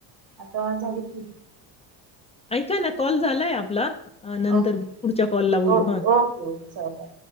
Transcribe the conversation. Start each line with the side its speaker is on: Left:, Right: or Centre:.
Right: आता झाली की
Left: ऐका ना कॉल झालाय आपला अ, नंतर
Right: ओके
Left: पुढच्या कॉलला बोलू.
Right: ओ
Left: हां.
Right: Okay ओकेच bye